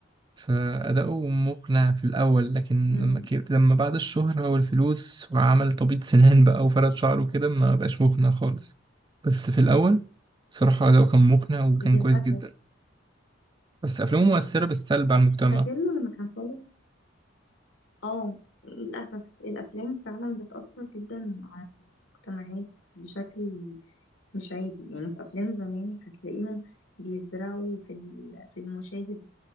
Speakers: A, on the right; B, on the left.
A: فأداؤه مقنع في الأول لكن
B: امم
A: لما ك- لما بعد الشهرة والفلوس وعمل تبييض سنان بقى وفرد شعره كده ما بقاش مقنع خالص بس في الأول بصراحة أداؤه كان مقنع وكان
B: للأسف
A: كويس جدا بس أفلامه مؤثرة بالسلب على المجتمع
B: فاكر له لما كان طالع اه للأسف الأفلام فعلا بتأثر جدا على المجتمعات بشكل مش عادي يعني في أفلام زمان هتلاقيهم بيزرعوا في ال- في المشاهد